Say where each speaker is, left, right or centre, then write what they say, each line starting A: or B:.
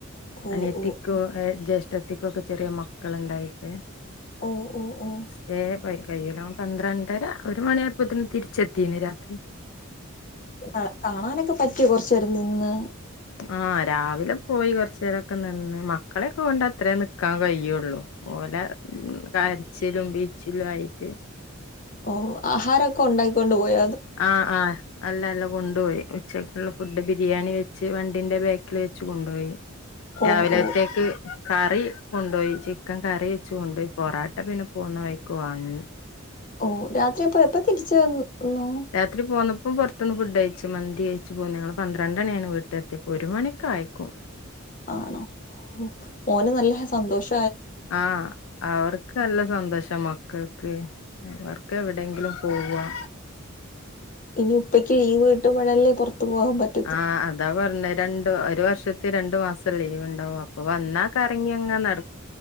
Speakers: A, on the left (about 40°); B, on the left (about 75°).
A: ഓ
B: അനിയത്തി
A: ഓ
B: ക്കു
A: ഓ
B: ഏഹ് ജ്യേഷ്ഠത്തിക്കൊക്കെ ചെറിയ മക്കളുണ്ടായി എഹ്
A: ഓ ഓ ഓ
B: സ്റ്റേ പഴ് കയ്യൂലാം പന്ത്രണ്ടര ഒരു മണിയായപ്പോത്തിന് തിരിച്ചെത്തീന് രാത്രി.
A: ആഹ് കാണാനൊക്കെ പറ്റിയോ കൊറ്ച്ചേരം നിന്ന്?
B: ആഹ് രാവില പോയി കൊറ്ച്ചേരൊക്കെ നിന്ന് മക്കളെക്കെ കൊണ്ട് അത്രേ നിക്കാൻ കഴിയുള്ളു. ഓലെ കരച്ചിലും പിഴിച്ചിലു ആയിട്ട്
A: ഓഹ് ആഹാരൊക്കെ ഉണ്ടായി കൊണ്ട് പോയ
B: ആഹ് ആഹ് അല്ലല്ല കൊണ്ടുപോയി ഉച്ചക്കുള്ള ഫുഡ് ബിരിയാണി വെച്ച് വണ്ടിന്റെ ബേക്കിൽ വെച്ച് കൊണ്ടോയി.
A: ഓ
B: രാവിലെത്തേക്ക്
A: ഓ
B: കറി കൊണ്ടോയി ചിക്കൻ കറി വെച്ചു കൊണ്ടോയി. പൊറാട്ട പിന്നെ പോവുന്ന വഴിക്ക് വാങ്ങി.
A: ഓഹ് രാത്രിയെപ്പ എപ്പ തിരിച്ച് വന്ന്ക്കുന്നു?
B: രാത്രി പോന്നപ്പോ പൊറ്ത്ത്ന്ന് ഫുഡയിച്ചു മന്തി കയിച്ച് പോന്നു. ഞങ്ങള് പന്ത്രണ്ടണിയാണ് വീട്ടിലെത്തിയപ്പോ. ഒരു മണിക്കായക്കും.
A: ആണോ ഓഹ് മോന് നല്ല ഹ സന്തോഷ
B: ആഹ് അവർക്കല്ല സന്തോഷ മ ക്കൾക്ക് അവർക്കെവിടെങ്കിലും പോവാ
A: ഇനി ഉപ്പക്ക് ലീവ് കട്ടുമ്പഴല്ലേ പൊറ്ത്ത് പോവാൻ പറ്റ്
B: ആഹ് അത താ പർന്നെ രണ്ട് ഒരു വർഷത്തി രണ്ട് മാസം ലീവ്ണ്ടാവും. അപ്പൊ വന്നാ കറങ്ങിയങ്ങ നട